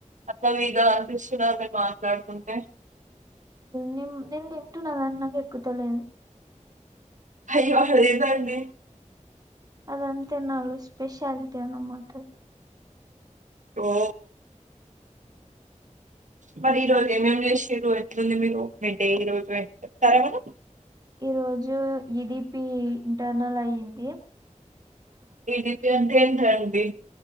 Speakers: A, on the right; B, on the right.
A: <unintelligible> అసలాగా అనిపిస్తున్నది మేము మాట్లాడుతుంటే
B: నిమ్ నేన్ తింటున్న గానీ నాకు ఎక్కుతాలేదు
A: హయ్యో అలా లేదండి.
B: అదం నాలో స్పెషాలిటీ అన్నమాట.
A: ఓ మరి ఈ రోజు ఏమేం చేసిర్రు ఎట్లుంది మీకు మి డే ఈ రోజు, చెప్తారా ఏమనా
B: ఈ రోజు ఈడిపి ఇంటర్నల్ అయ్యంది.
A: ఈ డి పి అంటే ఏంటండీ